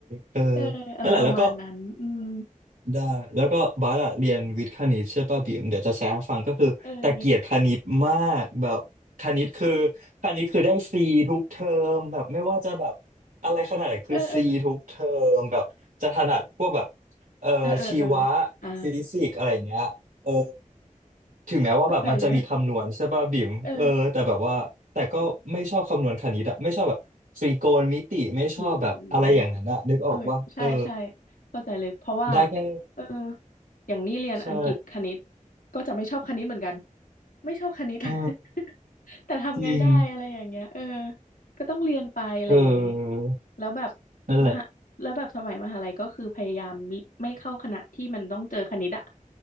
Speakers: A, on the right; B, on the left.
A: เออ
B: เอออะไรประมาณนั้นอืม
A: นั่นแหละแล้วก็ ได้แล้วก็บาสอะเรียนวิทย์คณิตใช่ป่ะบิ่มเดี๋ยวจะแชร์ให้ฟังก็คือแต่เกลียดคณิตมากแบบคณิตคือ
B: เออ
A: คณิตคือได้ซีทุกเทอมแบบไม่ว่าจะแบบอะไรขนาดไหนคือซีทุกเทอมแบบจะถนัดพวกแบบ
B: เออเออ
A: เอ่อชีวะ
B: เออเออเอออ่า
A: ฟิสิกส์อะไรอย่างเงี้ยเออถึงแม้ว่าแบบมันจะมีคำนวณใช่ป่ะบิ่มเออแต่แบบว่าแต่ก็ไม่ชอบคำนวณคณิตอะไม่ชอบแบบตรีโกณมิติไม่ชอบแบบอะไรอย่างนั้นอะนึกออกว่าเออ
B: เข้าใจเลยเออ อืมเออใช่ใช่เข้าใจเลยเพราะว่า
A: ได้แค่
B: เอออย่างนี้เรียนอังกฤษคณิต
A: ใช่
B: ก็จะไม่ชอบคณิตเหมือนกันไม่ชอบคณิต <laughs>
A: เออ
B: แต่ทำไงได้อะไรอย่างเงี้ยเออ
A: จริง
B: ก็ต้องเรียนไปอะไรอย่างเงี้ย
A: เออ
B: แล้วแบบ
A: นั่นแหละ
B: มหาแล้วแบบสมัยมหาลัยก็คือพยายามมิไม่เข้าคณะที่มันต้องเจอคณิตอ่ะ